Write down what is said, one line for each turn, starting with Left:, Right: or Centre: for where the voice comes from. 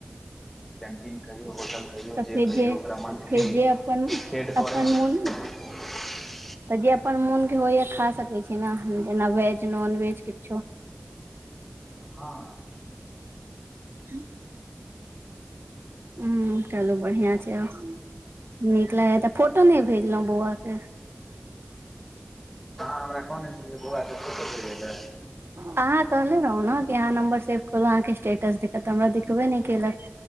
Centre: कैन्टीन कहियौ होटल कहियौ
Right: तऽ
Centre: जे
Right: फेर
Centre: कहियौ ओकरा मन्थली
Right: फेर जे अपन
Centre: हेड
Right: अपन
Centre: करै
Right: मोन
Centre: छै। <inaudible>
Right: तऽ जे अपन मोन के होइयै खा सकै छी ना जेना वेज, नॉनवेज किछो।
Centre: हँ
Right: उं ऊं चलू बढ़ियां छै औ नीक लागे त फोटो नहि भेजलहुँ बौआ के
Centre: अहां हमरा कहने छलियै बौआ के फोटो भेजै लै
Right: अहाँ कहले रहौं न कि अहाँ नम्बर सेव करू अहाँके स्टेटस देखत तऽ हमरा देखबे नहि केलक।